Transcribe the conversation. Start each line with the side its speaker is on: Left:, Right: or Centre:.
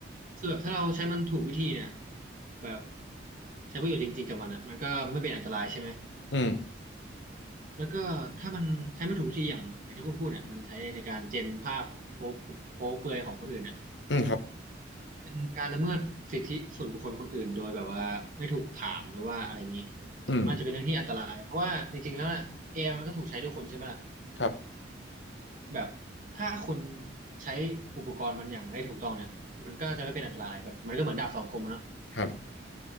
Right: คือแบบถ้าเราใช้มันถูกวิธีเนี่ยแบบใช้ประโยชน์จริงๆกับมันอ่ะมันก็ไม่เป็นอันตรายใช่ไหม
Left: อืม
Right: แล้วก็ถ้ามันใช้ไม่ถูกวิธีอย่างอย่างที่คุณพูดเนี่ยมันใช้ในการเจนภาพโป๊ะโป๊ะเปลือยของคนอื่นเนี่ย
Left: อืมครับ
Right: มันอาจจะเป็นการละเมิดสิทธิส่วนบุคคลคนอื่นโดยแบบว่าไม่ถูกถามหรือว่าอะไรงนี้
Left: อืม
Right: มันอาจจะเป็นเรื่องที่อันตรายเพราะว่าจริงๆแล้วน่ะ AI มันก็ถูกใช้ด้วยคนใช่ไหมล่ะ
Left: ครับ
Right: แบบถ้าคนใช้อุปกรณ์มันอย่างได้ถูกต้องเนี่ยมันก็จะไม่เป็นอันตรายแบบมันก็เหมือนดาบสองคมอะเนาะ
Left: ครับ